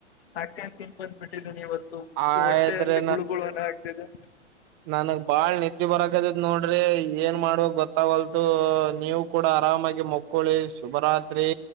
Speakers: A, on the left (about 55°); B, on the right (about 30°).
A: ತಟ್ಟೆನೇ ತಿಂದ್ ಬಂದ್ಬಿಟ್ಟಿದ್ದೀನಿ ಇವತ್ತು.
B: ಆಯ್ತ್ರಿ
A: ಹೊಟ್ಟೆಯಲ್ಲಿ ಗುಳುಗುಳು ಅನಾತ್ತಿದೆ.
B: ನನ್ಗ್ ಬಾಳ್ ನಿದ್ದೆ ಬರಕತೈತೆ ನೋಡ್ರಿ ಏನ್ ಮಾಡ್ಬೇಕ್ ಗೊತ್ತಾಗಲ್ತು. ನೀವು ಕೂಡ ಆರಾಮಾಗಿ ಮುಕ್ಕೊಳ್ಳಿ ಶುಭರಾತ್ರಿ.